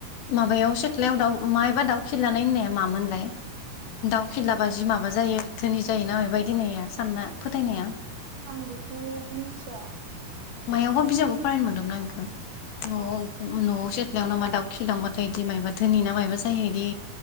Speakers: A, on the left; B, on the right.
A: माबायाव सिथ्लायाव दाउ मायबा दाउ खिलानाय होननाया मामोनलाय दाउ खिलाबा जि माबा जायो धोनि जायो ना बेबायदि होननाया सानना फोथायनाया
B: आं बे खौ मोनथिया।
A: मायावबा बिजाबाव फरायनो मोनदोंमोन आं इखौ नआव
B: औ
A: नआवसो सिथलायाव ना मा दाउ खिलांबाथाय दि मायबा धोनि मायबा जायो इदि